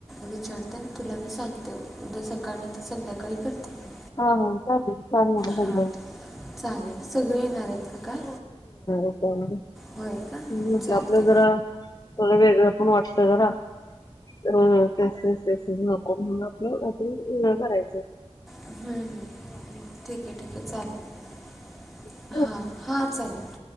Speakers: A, in the centre; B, on the left.
A: विचारते तुला मी सांगते उद्या सकाळ नाहीतर संध्याकाळी करते की
B: <unintelligible> हो सग नाहीणार
A: हां चालेल सगळे येणार आहेत का काय
B: त्यामध्ये
A: होय का
B: हम् म्हट
A: चालते
B: आपलं जरा सगळं वेगळं पण वाटतंय जरा अ तसच तसच नको म्हणून आपल्या रात्री वेगळ करायच
A: हम् ह ठीक आहे ठीक आहे चालेल
B: ठेवू का?
A: हा हा चालेल